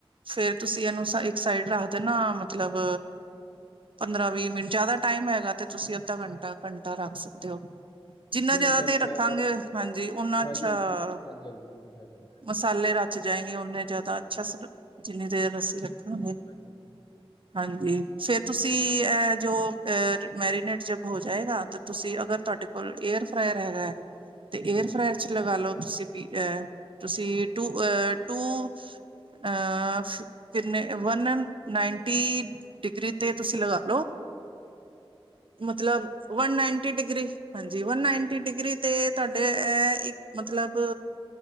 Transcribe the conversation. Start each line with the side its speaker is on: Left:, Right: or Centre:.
Right: ਫੇਰ ਤੁਸੀਂ ਇਹਨੂੰ ਇੱਕ ਸਾਈਡ ਰੱਖ ਦੇ ਨਾ ਮਤਲਬ ਪੰਦਰਾਂ- ਵੀਹ ਮਿੰਟ, ਜਿਆਦਾ ਟਾਈਮ ਹੈਗਾ ਤੇ ਤੁਸੀਂ ਅੱਧਾ ਘੰਟਾ- ਘੰਟਾ ਰੱਖ ਸਕਦੇ ਹੋ। ਜਿੰਨਾ
Left: ਆਪਣੇ ਤੇ
Right: ਜਿਆਦਾ ਦੇਰ ਰੱਖਾਂਗੇ,
Left: ਹਾਂ
Right: ਹਾਂਜੀ ਓਨਾ ਅੱਛਾ
Left: ਹਾਂਜੀ ਹਾਂਜੀ- ਹਾਂਜੀ, ਜ਼ਰੂਰ ਸਾਫ ਗੱਲ ਐ।
Right: ਮਸਾਲੇ ਰਚ ਜਾਏਗੇ ਓਨੇ। ਜ਼ਿਆਦਾ ਅੱਛਾ ਸਰ,
Left: ਹਾਂਜੀ
Right: ਜਿੰਨੀ ਦੇਰ ਅਸੀਂ ਰੱਖਾਂਗੇ।
Left: ਹਾਂਜੀ ਹਾਂਜੀ ਬਿਲਕੁਲ ਸਹੀ ਗੱਲ
Right: ਹਾਂਜੀ ਫੇਰ ਤੁਸੀਂ, ਅ ਜੋ ਅ ਮੈਰੀਨੇਟ ਜਬ ਹੋ ਜਾਏਗਾ ਤੁਸੀਂ ਅਗਰ ਤੁਹਾਡੇ ਕੋਲ ਏਅਰ ਫਰਾਾਇਰ ਹੈਗਾ,
Left: ਹੈ।
Right: ਤੇ
Left: ਹਾਂਜੀ
Right: ਏਅਰ ਫਰਾਾਇਰ ਚ ਲਗਾ ਲੋ ਤੁਸੀਂ। ਵੀ ਅਹ ਤੁਸੀਂ ਟੂ ਅਹ ਟੂ ਅ ਕਿੰਨੇ ਵੰਨ ਨਾਈਨ ਨਾਈਨਟੀ ਡਿਗਰੀ ਤੇ ਤੁਸੀਂ ਲਗਾ ਲੋ ਮਤਲਬ ਵਨ ਨਾਈਨਟੀ ਡਿਗਰੀ ਹਾਂਜੀ ਵਨ ਨਾਈਨਟੀ ਡਿਗਰੀ ਤੇ ਤੁਹਾਡੇ ਇੱਕ ਮਤਲਬ